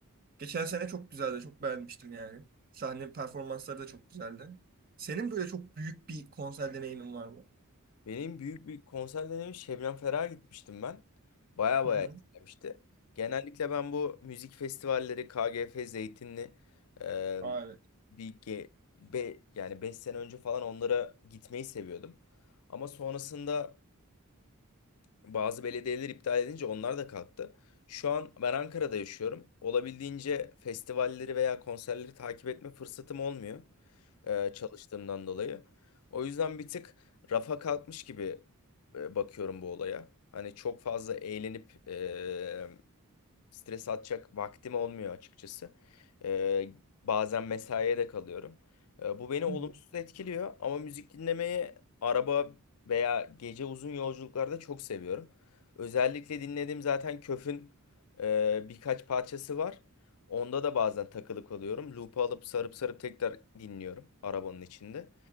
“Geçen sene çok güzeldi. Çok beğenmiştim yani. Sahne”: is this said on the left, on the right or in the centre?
Right